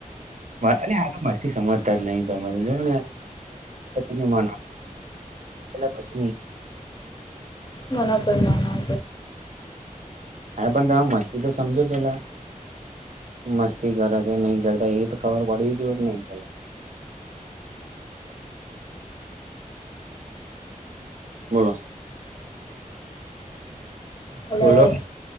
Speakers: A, on the right; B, on the left.
A: અરે આ તો મસ્તી સમજતા જ નહી તોરે જો ને. ત મ બધા પછી.
B: વક ના
A: હા પણ તમે મસ્તી તો સમજો પેલા. મસ્તી કરે છે નહી કરતા એ તો ખબર પડવી જોઈએ નહી કરે. બોલો
B: હલો
A: બોલોલો
B: ભાઈ